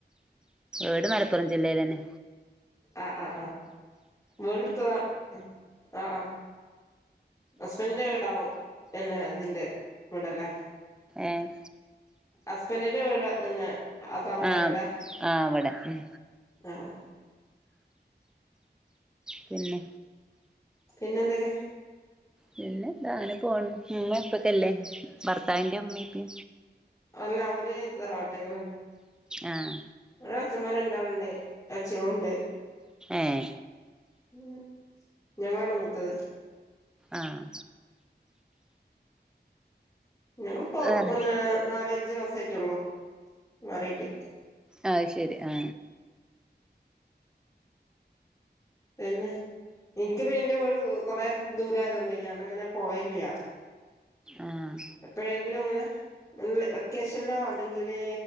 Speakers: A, in the centre; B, on the left (about 20°).
A: വീട് മലപ്പുറം ജില്ലയിലന്നെ
B: ആ ആ ആ വീട് എടുത്തതാ ആഹ ആഹ ഹസ്ബന്റിന്റെ വീടാവും എന്നെ ഇതിന്റെ ഇവിടല്ലേ
A: ഏഹ്
B: ഹസ്ബന്റിന്റെ വീട് എന്നെ അതാവുംലെ
A: ആഹ്
B: അവിടെ
A: ആഹ് ഇവടെ ഉം
B: ആ
A: പിന്നെ
B: പിന്നെന്തൊക്കെ
A: പിന്നെന്താ അങ്ങനെ പോണ് ഉമ്മീം ഇപ്പക്കെ ഇല്ലേ ഭർത്താവിന്റെ ഉമ്മീം ഇപ്പി
B: അല്ല അവര് തറവാട്ടിങ്ങൾ ആണ്
A: ആഹ
B: അച്ഛന്മാർ രണ്ടാളുണ്ട് അച്ചികളുണ്ട്
A: ഏഹ്
B: ഉ ഞങ്ങളാണ് മൂത്തത്
A: ആഹ
B: ഞങ്ങിപ്പോ
A: വേറെ
B: ഒന്ന നാലുഞ്ചു മാസായിട്ടുള്ളൂ മാറിട്ടേ
A: അത് ശരി ആ
B: പിന്നെ എനിക്ക് എന്റെറെ വീട് കൊറെ ദൂരയൊണ്ട് ഞാൻ അങ്ങനെ പോകറില്ല
A: ആഹ്
B: എപ്പോഴെങ്കിലും അങ്ങനെ വെക്കേഷനിലോ അല്ലെങ്കില്